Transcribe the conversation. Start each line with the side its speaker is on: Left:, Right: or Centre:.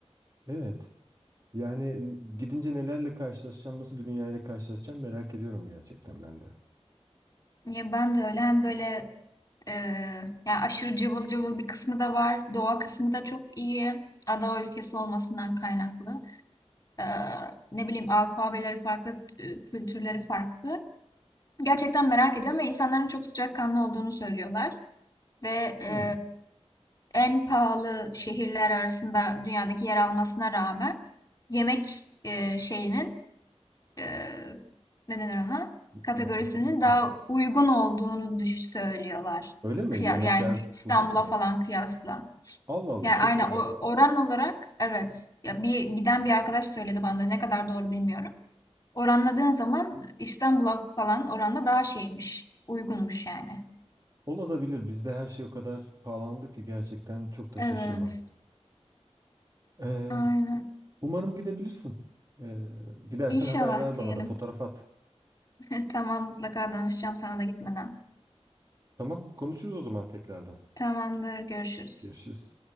Right: Evet. Yani gidince nelerle karşılaşacağım, nasıl bir dünyayla karşılaşacağım merak ediyorum gerçekten ben de.
Left: Ya ben de öyle hem böyle Ee, yani aşırı cıvıl cıvıl bir kısmı da var. Doğa kısmı da çok iyi. Ada ülkesi olmasından kaynaklı. Ee, ne bileyim alfabeleri farklı, e, kültürleri farklı. Gerçekten merak ediyorum ve insanların çok sıcakkanlı olduğunu söylüyorlar. Ve e,
Right: Hmm.
Left: en pahalı şehirler arasında dünyadaki yer almasına rağmen yemek e, şeyinin e, ne denir ona?
Right: <laughs>
Left: Kategorisinin
Right: Masraf mı?
Left: daha
Right: Hı.
Left: uygun olduğunu düş söylüyorlar.
Right: Öyle mi?
Left: Kıya
Right: Yemekler
Left: yani İstanbul'a
Right: ucuz muymuş?
Left: falan kıyasla.
Right: Allah Allah
Left: Yani
Right: Tokyo'da.
Left: aynen o- oran olarak evet. Ya bir giden bir arkadaş söyledi bana da ne kadar doğru bilmiyorum. Oranladığın zaman İstanbul'a falan oranla daha şeymiş. Uygunmuş yani.
Right: Olabilir. Bizde her şey o kadar pahalandı ki gerçekten çok da
Left: Evet,
Right: şaşırmam. Ee,
Left: aynen.
Right: umarım gidebilirsin. Ee, gidersen
Left: İnşallah
Right: haber ver
Left: diyelim.
Right: bana da fotoğraf at.
Left: <laughs> Tamam mutlaka danışacağım sana da gitmeden.
Right: Tamam. Konuşuruz o zaman tekrardan.
Left: Tamamdır, görüşürüz.
Right: Görüşürüz.